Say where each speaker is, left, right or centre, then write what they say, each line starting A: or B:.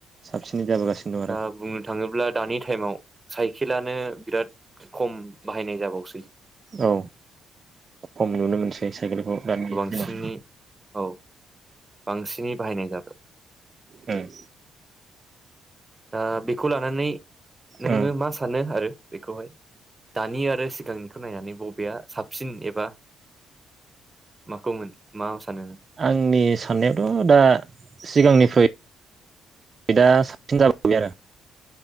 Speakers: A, on the right; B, on the right.
A: साबसिनै जाबोगासिनो दं आरो
B: दा बुंनो थाङोब्ला दानि टाइमाव साइकेलानो बिराद खम बाहायनाय जाबावसै
A: औ खम नुनो मोनसै साइकेलखौ दानि दिनाव
B: बांसिननि औ बांसिनै बाहायनाय जाबाय
A: हम
B: दा बेखौ लानानै नोङो
A: उम
B: मा सानो आरो बेखौहाय दानि आरो सिगांनिखौ नायनानै बबेया साबसिन एबा माखौमोन मा सानो?
A: आंनि साननायावथ' दा सिगांनिफ्राय दा साबसिन जाबोबाय आरो